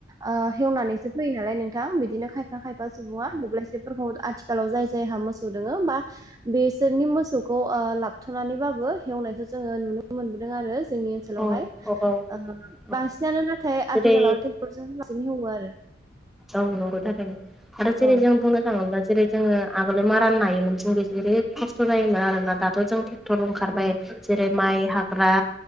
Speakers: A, on the right (about 20°); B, in the centre.
A: ओ हेवनानैसो फैयो नालाय नोंथां बिदिनो खायफा-खायफा सुबुङा दुब्लायसे <inaudible> आथिखालाव जाय-जायहा मोसौ दोङो बा बिसोरनि मोसौखौ ओ लाबथ'नानैबा बो हेवनायखौ जोङो नुनो मोनबोदों आरो। जोंनि ओनसोलावहाय
B: औ औ
A: ओ
B: औ
A: बांसिनानो नाथाय
B: जेरै
A: आथिखालाव ट्रेक्टरजों बांसिन हेवो आरो।
B: औ नंगौ थाखायनो आरो जेरै
A: औ
B: जों बुंनो थाङोब्ला जेरै जोङो आगोल मा रान नायोमोन जोंबो जेरै खस्थ' जायोमोन आरोना दा थ' जों ट्रेक्टर ओंखारबाय
A: औ
B: जेरै माइ हाग्रा